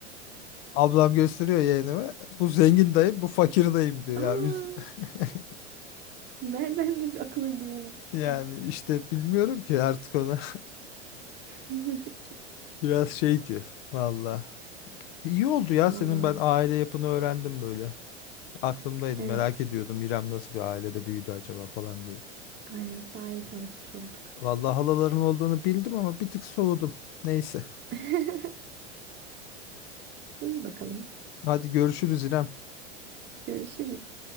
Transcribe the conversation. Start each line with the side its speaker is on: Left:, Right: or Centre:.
Left: Ablam gösteriyor yeğenime. Bu zengin dayım, bu fakir dayım diyor
Right: Aa,
Left: ya. Üz- <laughs>
Right: <laughs> nereden de bir akıl edeyim onu küçükken.
Left: Yani işte bilmiyorum ki artık ona
Right: <laughs>
Left: <laughs> biraz şey diyor. Vallahi. İyi oldu ya
Right: Allah.
Left: senin ben aile yapını öğrendim böyle. Aklımdaydı
Right: Evet.
Left: merak ediyordum İrem nasıl bir ailede büyüdü acaba falan diye.
Right: Aynen. Daha iyi tanışmış olduk.
Left: Vallahi halaların olduğunu bildim ama bir tık soğudum. Neyse.
Right: <laughs> İyi bakalım.
Left: Hadi görüşürüz İrem.
Right: Görüşürüz.